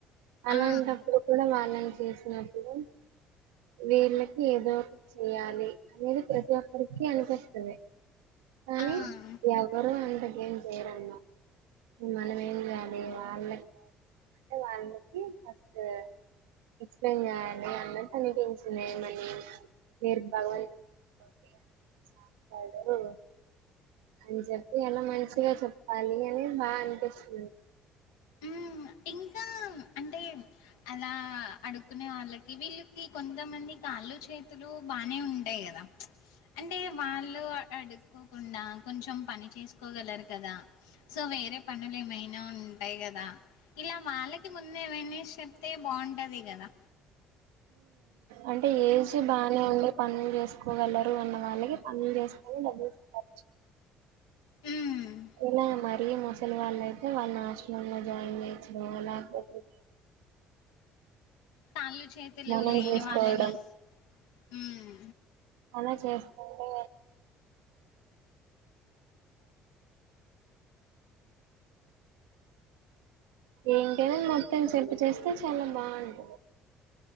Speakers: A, on the right; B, on the left.
A: అలాంటప్పుడు
B: ఆ
A: కూడా వాళ్ళని చేసినప్పుడు వీళ్ళకి ఏదో చెయాలి అనేది ప్రతి ఒక్కరికి అనిపిస్తుంది కానీ
B: ఆ
A: ఎవరు అంతక ఏం చేయరన్నా మనం ఏం చేయాలి వాళ్ళకి అంటే వాళ్ళకి ఫస్ట్ ఎక్సప్లయిన్ చేయాలి అన్న కనిపించిన మనీ మీరు భగవతుంతోటి బడువో అని చెప్పి అలా మంచిగా చెప్పాలి అని బాగా అనిపిస్తుంది
B: హ్మ్. ఇంకా అంటే అలా అడుకునే వాళ్ళకి వీళ్ళకి కొంతమంది కాళ్ళు చేతులు బానే ఉంటాయి కదా అంటే వాళ్ళు అడుక్కోకుండా కొంచెం పని చేసుకోగలరు కదా సో వేరే పనులు ఏమైనా ఉంటాయి కదా ఇలా వాళ్ళకి ముంద ఏమైనా స అంతే బాగుంటది కదా
A: అంటే ఏజ్ బానే ఉందిే పనులు చేసుకోగలరు అన్న వాళ్ళకి పనులు చేసుకొని డబ్బులు సంప
B: హ్మ్
A: ఇలా మరీ ముసలి వాళ్ళ అయితే వాళ్ళు ఆశ్రమం లో జాయిన్ చేయచ్చు లేకపోతే
B: తళ్లు చేతులు
A: మనం
B: లేని
A: చేసుకోవడం
B: వాళ్ళని హ్మ్.
A: అలా చేస్తుంటే ఏంటని మొత్తం చెప్పు చేస్తే చాలా బాగుంటుంది